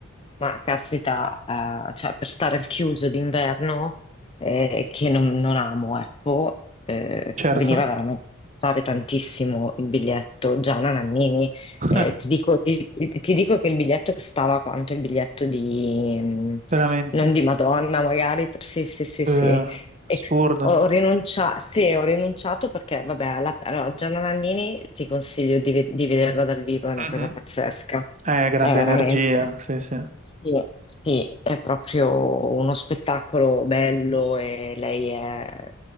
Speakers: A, on the left; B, on the right.
A: ma caspita, eh, cioè, per stare al chiuso d'inverno, eh, che non, non amo, ecco, eh,
B: certo.
A: veniva veramente a costare tantissimo il biglietto Gianna Nannini.
B: <laughs>
A: Eh,
B: Eh,
A: ti dico, ti- ti- ti dico che il biglietto costava quanto? Il biglietto di, mm,
B: veramente.
A: non di Madonna, magari, per- sì, sì, sì,
B: Eh,
A: sì. E
B: assurdo.
A: c- ho rinunciato, sì, ho rinunciato perché, vabbè, alla- allora, Gianna Nannini ti consiglio di, ve- di vederla dal vivo, è una
B: Mhm.
A: cosa pazzesca,
B: Eh, grande
A: è veramente.
B: energia, sì, sì. <laughs>
A: Sì, sì, è proprio uno spettacolo bello e lei è-